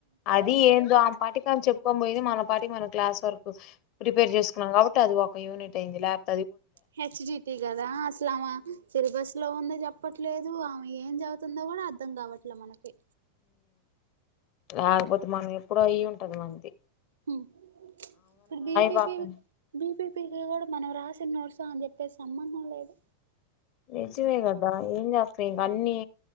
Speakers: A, on the left; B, on the right.
A: అది ఏందో ఆమె పాటికిని చెప్పుకో పోయింది మన పాటికి మన క్లాస్ వర్కు ప్రిపేర్ చేసుకున్నా కాబట్టి అ ఒక యూనిట్ అయింది లాప్
B: హెచ్‌డీటీ కదా అసలు ఆమె సిలబస్ లో ఉంద చెప్పట్లేదు ఆమె ఏం చెపుతుందో కూడా అర్ధం కావట్లే మనకి
A: రాకపోతే మనం ఎప్పుడో అయ్యి ఉంట టార్ మంది
B: ఉమ్ బీపీపీ
A: పాకం
B: బీపీపీకి కూడా మనం రాసిన నోర్సు ఆమె చెప్పేది సంబంధం లేదు
A: నిజమేగదా ఏం చేస్తాం ఇంక అన్ని